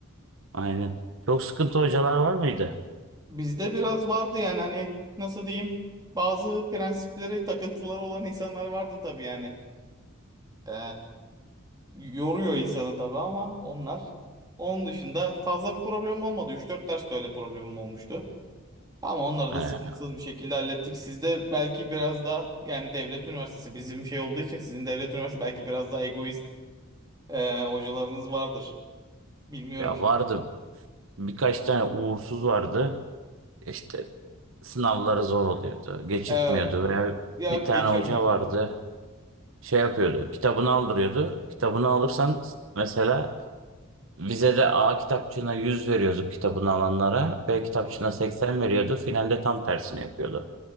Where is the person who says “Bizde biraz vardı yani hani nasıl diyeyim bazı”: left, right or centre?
Right